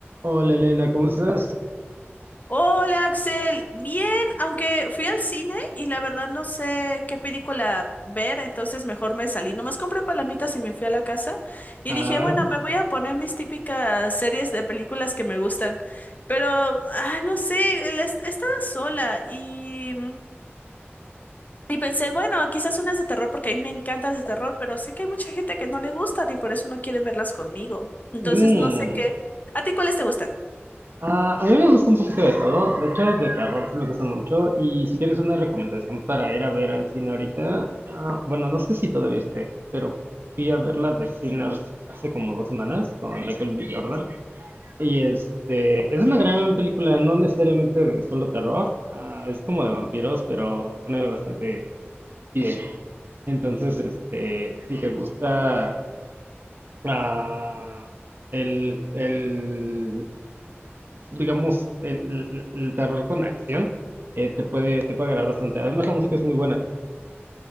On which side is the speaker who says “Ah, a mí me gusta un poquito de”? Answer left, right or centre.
Right